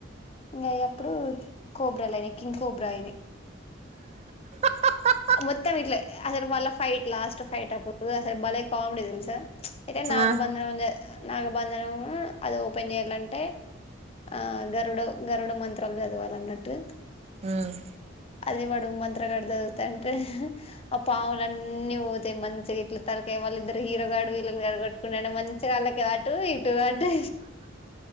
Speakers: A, on the left; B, on the right.
A: ఇంగయ ప్పుడు కోబ్రాలు అయినయి కింగ్ కోబ్రా అయినయి
B: త తప్పు
A: మొత్తం ఇట్ల అసలు వాళ్ళ ఫైట్ లాస్ట్ ఫైట్ అప్పుడు అసలు బలే కామెడీ దెల్స అయితే నాగబంధనం
B: ఆ
A: జె నాగబంధనం అది ఓపెన్ చేయాలంటే ఆ గరుడ గరుడ మంత్రాలు చదవాలన్నట్టు
B: ఉమ్
A: అదే వాడు మన్ త్రగాడు చదువుతాంటె ఆ పాములన్ని పోతయి మంచిగ ఇట్ల తలకాయ్ వాళ్లిద్దరు హీరో గాడు వాళ్ళన్ గుడ ఆడ కొట్టుకుంటాంటే మంచిగళ్ళకే అటు ఇటు అటు